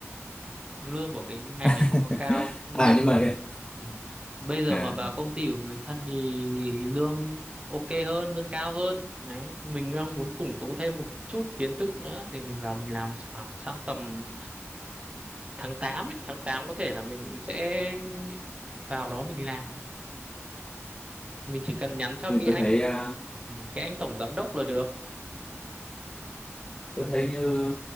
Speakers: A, on the right (about 25°); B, on the left (about 15°).
A: lương của cái ngành
B: <laughs>
A: ấy không có cao nhưng
B: à
A: mà
B: nhưng mà thế
A: ừ. bây giờ
B: à
A: mà vào công ty của người thân thì lương ok hơn lương cao hơn đấy mình đang muốn củng cố thêm một chút kiến thức nữa thì mình vào mình làm khoảng sang tầm tháng 8 ấy. tháng 8 có thể là mình sẽ vào đó mình làm mình chỉ cần nhắn cho
B: nhưng
A: cái
B: mà
A: anh
B: tôi thấy à,
A: ừ, cái anh tổng giám đốc là được
B: tôi thấy như